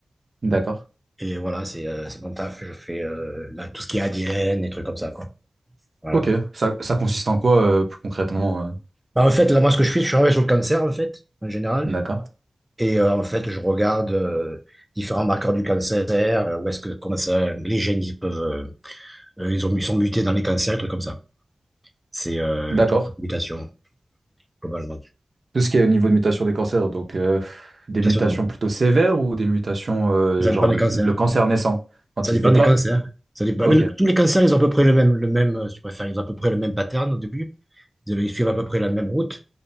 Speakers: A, on the right (about 60°); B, in the centre.
A: D'accord.
B: Et voilà, c'est euh, c'est mon taf. Je fais euh, là, tout ce qui est ADN, et trucs comme ça, quoi. Voilà.
A: Ok, ça, ça consiste en quoi euh, plus concrètement? euh
B: Bah, en fait, là, moi, ce que je fais, je travaille sur le cancer, en fait, en général.
A: D'accord.
B: Et euh, en fait, je regarde euh, différents marqueurs du cancer, euh, où est-ce que, comment ça, les gènes, ils peuvent, euh, euh, ils ont, ils sont mutés dans les cancers, des trucs comme ça. C'est euh,
A: D'accord.
B: toute complication, globalement.
A: Tout ce qui est au niveau de mutation des cancers, donc euh, des mutations
B: Complication de-
A: plutôt sévères ou des mutations, euh,
B: Ça
A: genre
B: dépend des
A: le
B: cancers.
A: cancer naissant, quand
B: Ça
A: il
B: dépend
A: se déclare?
B: des cancers. Ça dépend...
A: Ok,
B: Mais le- tous les cancers, ils ont à peu près le même, le même, euh, si tu préfères, ils ont à peu près le même pattern au début. Ils ils suivent à peu près la même route.